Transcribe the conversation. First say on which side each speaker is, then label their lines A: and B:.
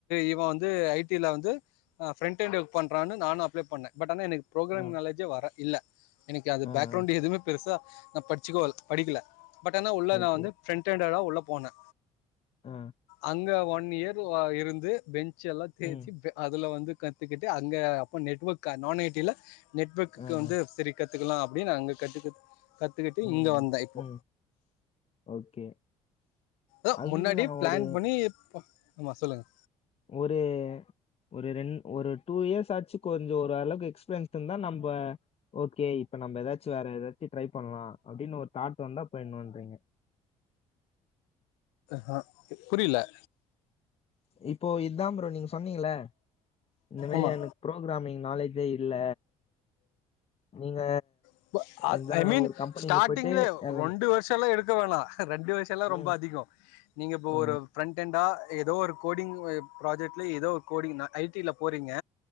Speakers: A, on the left; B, on the left.
A: இவ வந்து ஐடி ஐடி ல வந்து அ ஃபிரண்டன்டுக்கு பண்றான்னு நானும் அப்ளே பண்ணே பட் ஆனா எனக்கு புரோகிராம்
B: ஆ
A: நாலேஜே வர இல்ல எனக்கு அந்த
B: ஆ
A: பேக்ரௌண்ட்
B: ஆ
A: எதுவுமே பெருசா நா படிச்சுக்கோ படிக்கல பட் ஆனா உள்ள
B: ஓகே
A: நா வந்து பிரண்டண்டா தா உள்ள போனே
B: ஆ
A: அங்க ஒன் இயர் <unintelligible> இருந்து பெஞ்சு எல்லா தேய்சி
B: ம்
A: அதுல வந்து கத்துக்கிட்டு அங்க அப்ப நெட்வொர்க் நான் ஐ டி ல நெட்வர்க்கு
B: ஆ
A: வந்து
B: ஆ
A: ஃப்ரீ கத்துக்கலா அப்டின்னு அங்க கத்து கத்துக்கிட்டு
B: ம்
A: இங்க
B: ம்
A: வந்த இப்போ
B: ம் ஓகே
A: ஓ
B: அதுதா
A: முன்னாடி பிளான்
B: ஒரு
A: பண்ணி ப்ப ‌ஆமா சொல்லுங்க
B: ஒரு ஒரு ரெண் ஒரு டூ இயர்ஸ் ஆச்சு கொஞ்ச ஒரு அளவுக்கு எக்ஸ்பீரியன்ஸ் இருந்தா நம்ப ஓகே இப்ப நம்ம ஏதாச்சு வேற ஏதாச்சும் ட்ரை பண்ணலா அப்டின்னு ஒரு தாட் வந்தா இப்ப என்ன பண்றீங்க
A: ஹா புரில
B: இப்போ இதா ஃப்ரோ நீங்க சொன்னீங்கள இந்த மேறி
A: ஆமா
B: எனக்கு ப்ரோக்ராமிங் நாலேஜே இல்ல நீங்க
A: <unintelligible>
B: எந்த
A: ஐ மீன்
B: ஒரு கம்பெனில
A: ஸ்டார்ட்டிங்கல
B: போயிட்டு எல்லாமே
A: ரெண்டு வருஷ எல்லா எடுக்க வேணா ரெண்டு வருஷ எல்லா
B: ம்
A: ரொம்ப அதிகம் நீங்க இப்ப
B: ஆ
A: ஒரு ஃபிரண்ட் அட்டெண்டா ஏதோ ஒரு கோடிங் ப்ராஜெக்ட்ல ஏதோ ஒரு கோடிங் நா ஐடி ல போறீங்க